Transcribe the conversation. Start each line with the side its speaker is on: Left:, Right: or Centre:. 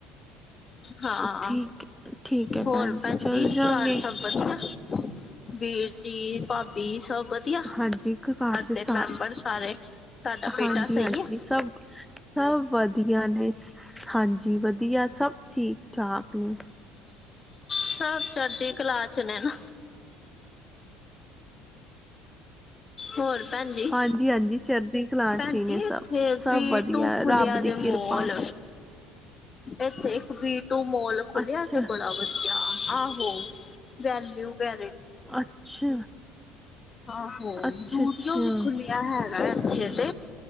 Left: ਹਾਂ,
Centre: ਠੀਕ ਠੀਕ ਐ
Left: ਹੋਰ
Centre: ਭੈਣ ਜੀ
Left: ਭੈਣਜੀ
Centre: ਚੱਲ ਜਾਂਗੇ।
Left: ਘਰ ਸਭ ਵਧੀਆ, ਵੀਰਜੀ, ਭਾਬੀ ਸਭ ਵਧੀਆ
Centre: ਹਾਂਜੀ ਇਕ ਘਰ ਤੇ
Left: ਦੇ
Centre: ਸ
Left: ਮੈਂਬਰ ਸਾਰੇ? ਤੁਹਾਡਾ ਬੇਟਾ
Centre: ਹਾਂਜੀ-
Left: ਸਹੀ
Centre: ਹਾਂਜੀ
Left: ਹੈ
Centre: ਸਭ ਸਭ ਵਧੀਆ ਨੇ, ਹਾਂਜੀ ਵਧੀਆ ਸਭ ਠੀਕ -ਠਾਕ ਨੇ
Left: ਸਭ ਚੜਦੀ ਕਲਾ 'ਚ ਨੇ ਨਾ ਹੋਰ ਭੈਣ ਜੀ?
Centre: ਹਾਂਜੀ- ਹਾਂਜੀ ਚੜਦੀ ਕਲਾ
Left: ਭੈਣ
Centre: 'ਚ
Left: ਜੀ
Centre: ਨੇ ਸਭ,
Left: ਇੱਥੇ
Centre: ਸਭ
Left: ਵੀ
Centre: ਵਧੀਆ
Left: ਟੂ ਖੁੱਲਿਆ
Centre: ਰੱਬ ਦੀ
Left: ਜੇ ਮੋਲ
Centre: ਕਿਰਪਾ
Left: ਇੱਥੇ ਇੱਕ ਵੀ ਟੂ ਮੋਲ ਖੁਲਿਆ
Centre: ਅੱਛਾ
Left: ਤੇ ਬੜਾ ਵਧੀਆ ਆਹੋ, ਵੈਲਊ ਵੈ
Centre: ਅੱਛਾ
Left: ਆਹੋ
Centre: ਅੱਛਾ
Left: ਜੂਡੀਓ
Centre: ਅੱਛਾ
Left: ਵੀ ਖੁੱਲਿਆ ਹੈਗਾ ਇੱਥੇ ਤੇ,